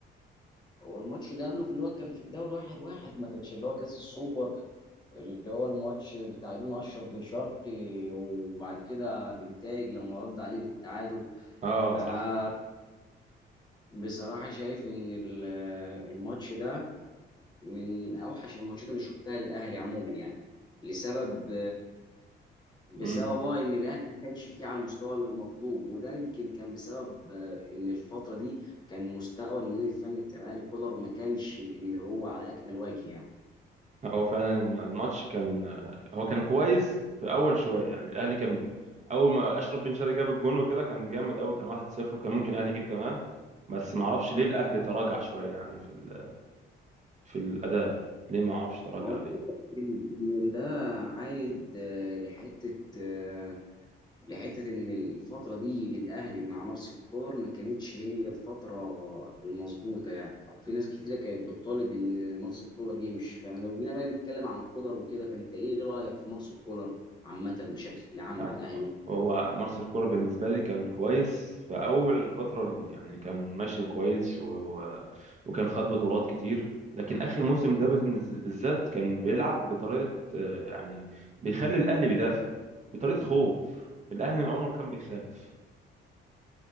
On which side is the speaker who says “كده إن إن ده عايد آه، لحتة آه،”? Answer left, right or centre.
Left